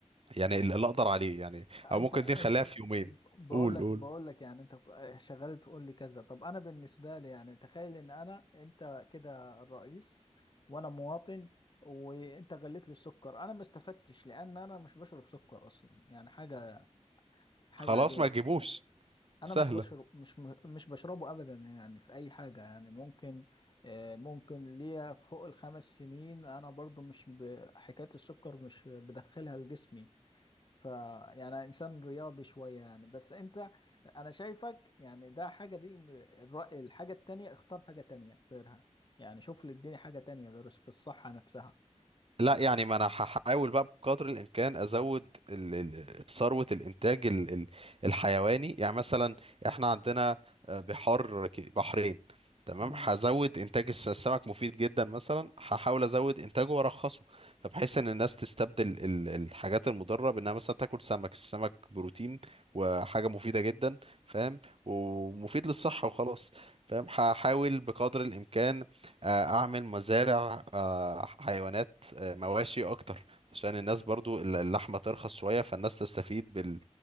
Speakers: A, on the right (about 55°); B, on the left (about 40°).
A: يعني اللي اللي اقدر عليه يعني
B: انت
A: او ممكن
B: انت
A: دي نخليها في يومين
B: بقول
A: قول
B: لك
A: قول
B: بقول لك يعني انت شغال تقول لي كذا طب انا بالنسبه لي يعني تخيل ان انا انت كده الرئيس وانا مواطن وانت غليت لي السكر انا ما استفدتش لان انا مش بشرب سكر اصلا يعني حاجه حاجه
A: خلاص
B: عاديه
A: ما تجيبوش
B: انا
A: سهلة
B: مش بشرب مش مش بشربه ابدا يعني في اي حاجه يعني ممكن آه، ممكن ليا فوق الخمس سنين انا برضو مش ب- حكايه السكر مش بدخلها لجسمي ف يعني انسان رياضي شويه يعني بس انت انا شايفك يعني ده حاجه دي الر- الحاجه التانية اختار حاجه تانية غيرها يعني شوف لي اديني حاجه تانية غير في الصحه نفسها
A: لا يعني ما انا هحاول بقى بقدر الامكان ازود ال- ال- ثروة الانتاج ال- ال- الحيواني يعني مثلا احنا عندنا آه، بحار ك- بحرين تمام
B: امم
A: هزود انتاج الس- السمك مفيد جدا مثلا هحاول ازود انتاجه وارخصه فبحيث ان الناس تستبدل ال- الحاجات المضرة بانها مثلا تاكل سمك السمك بروتين وحاجة مفيدة جدا فاهم ومفيد للصحة وخلاص فاهم هحاول بقدر الامكان آه، اعمل مزارع آه، حيوانات مواشي اكتر عشان الناس برضو الل- اللحمة ترخص شوية فالناس تستفيد بال...